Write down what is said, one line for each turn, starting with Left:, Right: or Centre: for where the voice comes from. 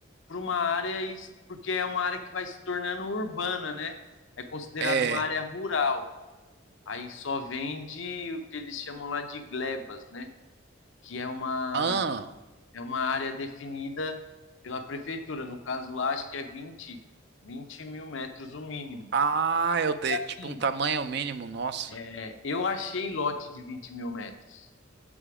Left: para uma área porque é uma área que vai se tornando urbana, né? É considerado
Right: É.
Left: uma área rural. Aí só vende o que eles chamam lá de glebas, né? Que é uma
Right: Ah,
Left: é uma área definida pela prefeitura. No caso lá, acho que é vinte vinte mil metros o mínimo.
Right: ah, eu tenho
Left: E assim,
Right: tipo um tamanho mínimo, nossa.
Left: É, eu achei lote de 20 mil metros.